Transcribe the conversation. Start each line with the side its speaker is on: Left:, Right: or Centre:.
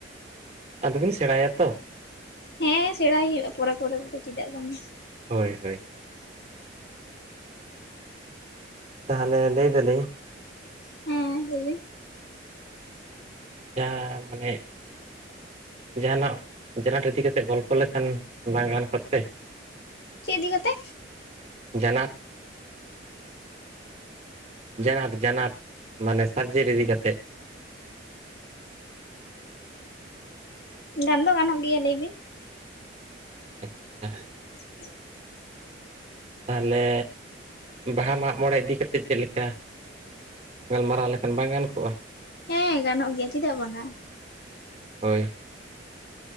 Right: ᱟᱫᱚᱵᱤᱱ ᱥᱮᱬᱟᱭᱟ ᱛᱚ
Left: ᱦᱮᱸ ᱥᱮᱬᱟᱭ ᱦᱩᱭᱩᱜ-ᱟ ᱯᱚᱨᱮ ᱯᱚᱨᱮ ᱨᱮᱫᱚ ᱪᱮᱫᱟᱜ ᱵᱟᱝ
Right: ᱦᱳᱭ ᱦᱳᱭ ᱛᱟᱦᱚᱞᱮ ᱞᱟᱹᱭ ᱫᱟᱞᱤᱧ
Left: ᱦᱮ ᱞᱟᱹᱭ ᱵᱤᱱ
Right: ᱡᱟᱦᱟᱸ ᱢᱟᱱᱮ ᱡᱟᱦᱟᱱᱟᱜ ᱡᱟᱱᱟᱴ ᱤᱫᱤ ᱠᱟᱛᱮ ᱜᱚᱞᱯᱚ ᱞᱮᱠᱷᱟᱱ ᱵᱟᱝ ᱜᱟᱱ ᱠᱚᱜ ᱛᱮ
Left: ᱪᱮᱫ ᱤᱫᱤ ᱠᱟᱛᱮ?
Right: ᱡᱟᱱᱟᱴ ᱡᱟᱱᱟᱴ ᱡᱟᱱᱟᱴ ᱢᱟᱱᱮ ᱥᱟᱵᱡᱮᱴ ᱤᱫᱤ ᱠᱟᱛᱮᱫ
Left: ᱜᱟᱱ ᱫᱚ ᱜᱟᱱᱚᱜ ᱜᱮᱭᱟ ᱞᱟᱹᱭᱵᱤᱱ
Right: ᱟᱪᱪᱷᱟ
Left: <inaudible>
Right: ᱛᱟᱦᱟᱞᱮ ᱵᱟᱦᱟ ᱢᱟᱜ ᱢᱚᱬᱮ ᱤᱫᱤ ᱠᱟᱛᱮᱜ ᱪᱮᱫ ᱞᱮᱠᱟ? ᱜᱟᱞᱢᱟᱨᱟᱣ ᱞᱮᱠᱷᱟᱱ ᱵᱟᱝ ᱜᱟᱱ ᱠᱚᱜᱼᱟ?
Left: ᱦᱮᱸ ᱜᱟᱱᱚᱜ ᱜᱮᱭᱟ ᱪᱮᱫᱟᱜ ᱵᱟᱝᱟ᱾
Right: ᱦᱳᱭ